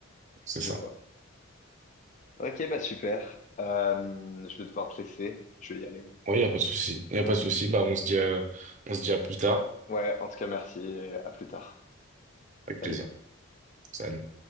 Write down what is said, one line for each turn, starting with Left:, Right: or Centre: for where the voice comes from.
Right: C'est
Left: je
Right: ça.
Left: vois. Ok, bah super. Euh, je vais devoir te laisser. Je vais y aller, moi.
Right: Ouais, y a pas de souci. Y a pas de souci. Bah, on se dit, euh, on se dit à plus tard.
Left: Ouais, en tout cas, merci et à plus tard.
Right: Avec
Left: Salut.
Right: plaisir. Salut.